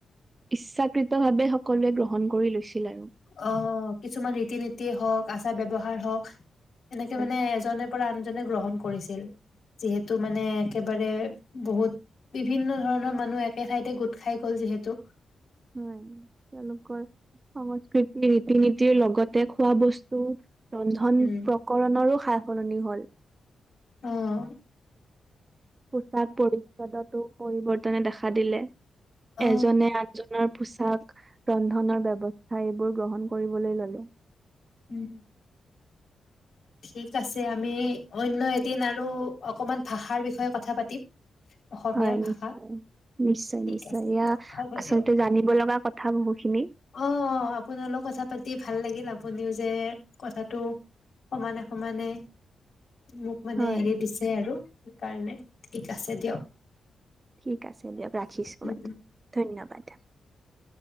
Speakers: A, on the right; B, on the left.
A: ইচ্ছাকৃত ভাৱে। সকলোৱে গ্ৰহণ কৰি লৈছিল আৰু।
B: অহ ', কিছুমান ৰীতি নীতিয়ে হওক আচাৰ ব্যয়ৱহাৰ হওক। এনেকে
A: হয়।
B: মানে, এজনে পৰা আনজনে গ্ৰহণ কৰিছিল। যিহেতু মানে একবাৰে বহুত বিভিন্ন ধৰণৰ মানুহ একে ঠাইতে গোট খাই গ'ল, যিহেতু।
A: হয়। তেওঁলোকৰ সংস্কৃতি, ৰীতি নীতিৰ লগতে খোৱা বস্তু ৰন্ধন,
B: উম
A: প্ৰকৰণৰো সা সলনি হল।
B: অহ',
A: পোচাক <unintelligible> পৰিৱৰ্তন নে দেখা দিলে
B: অ
A: এজনে আনজনৰ পোচাক ৰন্ধনৰ ব্যৱস্থা এইবোৰ গ্ৰহণ কৰিবলৈ ললে।
B: উম, ঠিক আছে আমি অন্য এদিন আৰু অকমান ভাষাৰ বিষয়ে কথা পাতিম। অসমীয়াৰ
A: হয়
B: ভাষা
A: নিশ্চয়- নিশ্চয়
B: ঠিক
A: নিশ্চয়
B: আছে
A: এয়া
B: দিয়ক হ'ব
A: আচলতে
B: দিয়ক
A: জানিব লগা কথা বহুখিনি।
B: অ অ', আপোনাৰ লগত কথা পাতি ভাল লাগিল আপুনিও যে কথাটো সমানে - সমানে মোক মানে
A: হয়
B: হেৰি দিছে আৰু সেইকাৰণে। ঠিক আছে দিয়ক।
A: ঠিক আছে দিয়ক ৰাখিছো
B: উম
A: বাইদেউ
B: উম
A: ধন্যবাদ।